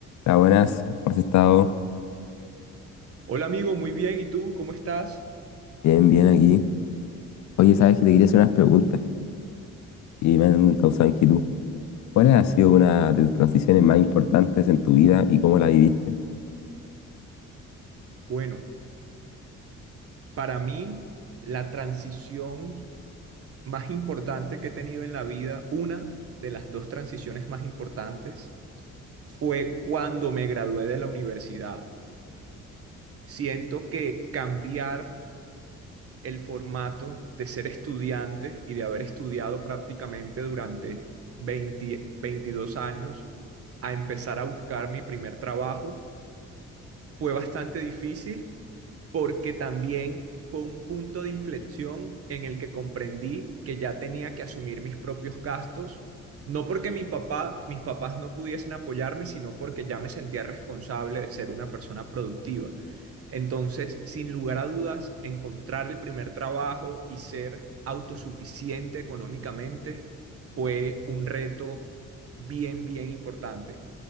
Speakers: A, on the left (about 65°); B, on the right (about 50°).
A: Hola, buenas, ¿cómo has estado?
B: Hola amigo, muy bien. ¿Y tú cómo estás?
A: Bien, bien aquí. Oye, sabes que te quería hacer unas preguntas y me han causado inquietud. ¿Cuál ha sido una de tus transiciones más importantes en tu vida y cómo la viviste?
B: Bueno, para mí la transición más importante que he tenido en la vida, una de las dos transiciones más importantes, fue cuando me gradué de la universidad. Siento que cambiar el formato de ser estudiante y de haber estudiado prácticamente durante 20, 22 años a empezar a buscar mi primer trabajo fue bastante difícil porque también fue un punto de inflexión en el que comprendí que ya tenía que asumir mis propios gastos, no porque mi papá, mis papás no pudiesen apoyarme, sino porque ya me sentía responsable de ser una persona productiva. Entonces, sin lugar a dudas, encontrar el primer trabajo y ser autosuficiente económicamente fue un reto bien, bien importante.